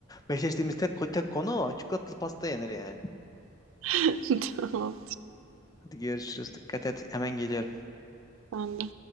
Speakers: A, on the left; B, on the right.
A: meşleştiğimiz tek, tek konu o. Çikolatalı pasta yenir yani.
B: <laughs> Tamam,
A: Hadi görüşürüz. Dikkat et. Hemen geliyorum.
B: sen de.